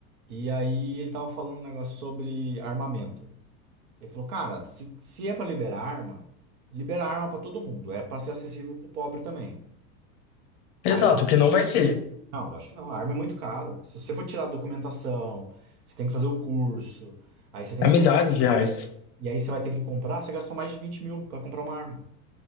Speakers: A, on the right; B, on the left.
A: E aí ele tava falando um negócio sobre armamento. Ele falou, cara, se, se é pra liberar arma, libera arma pra todo mundo, é pra ser acessível pro pobre também.
B: Exato,
A: Aí
B: o que não vai ser.
A: Não, lógico que não. A arma é muito caro. Se você for tirar a documentação, você tem que fazer o curso, aí você tem
B: É
A: que
B: milhares
A: passar.
B: de reais.
A: E aí você vai ter que comprar, você gastou mais de vinte mil pra comprar uma arma.